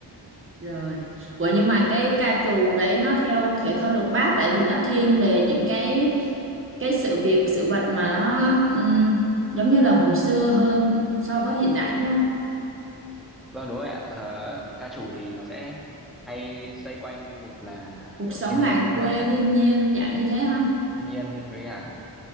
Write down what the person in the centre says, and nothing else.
vâng đúng rồi ạ Ờ, ca trù thì nó sẽ hay xoay quanh một là
kiểu
thiên
nhiên
nhưng mà chắc
ờ,
kiểu
thiên nhiên với cả